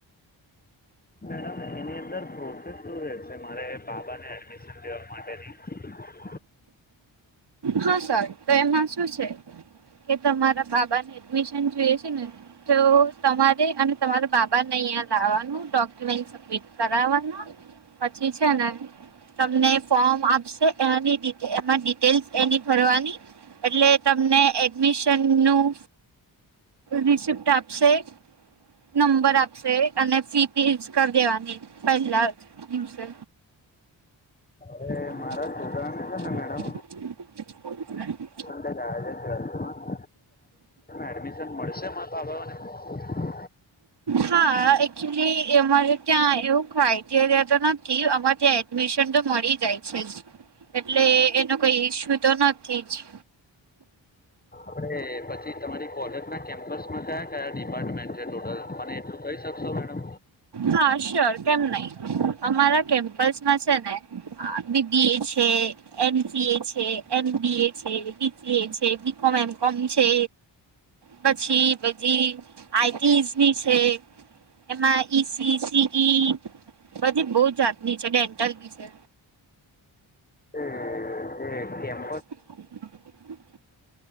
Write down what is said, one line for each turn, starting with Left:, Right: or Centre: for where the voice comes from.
Left: મેડમ એની અંદર પ્રોસેસ શ રહેશે મારે બાબાને એડમિશન લેવા માટેની.
Right: હા સર તો એમાં શું છે? કે તમારા બાબા ને એડમિશન જોએ છે ને. તો તમારે અને તમારા બાબાને અહિયાં લાવવાનું ડોક્યુમેન્ટ સબ મીટ કરવાના પછી છે ને તમને ફોર્મ આપશે એની ડિટ એમાં ટેલ એની ફરવાની એટલે તમને એડમિશન નું રિસિપ્ટ આપશે. નંબર આપશે અને ફી પી કરી દેવાની પહેલા દિવસે.
Left: હવે
Right: <inaudible>
Left: મારા છોકરાને છે ને મેડમ બેન આજે ટ્વેલથ માં? એડમિશન મળશે મારા બાબાઓને?
Right: હા એકચુલી અમારે ત્યાં એવું હોય ક્રાઈટેરિયા તો નથી અમારે ત્યાં એડમિશન તો મળી જાય છે જ, એટલે એનું કઈ ઈસ્યુ તો નથી જ.
Left: આપણે પછી તમારી કોલેજના કેમ્પસમાં કયા કયા ડિપાર્ટમેન્ટ છે ટોટલ મને એટલું કહી શકશો મેડમ?
Right: હા શ્યોર કેમ નહી, અમારા કેમ્પસમાં છે ને અ બી ટી એ છે. એન સી એ છે એમ બી એ છે બિ સી એ છે બી કોમ એન્ડ કોમ છે. પછી બીજી આઈટીઝની છે એમાં ઈસી સી ઈ બધી બહુ જાતની છે ડેન્ટલ વિશે
Left: હમ
Right: <unintelligible>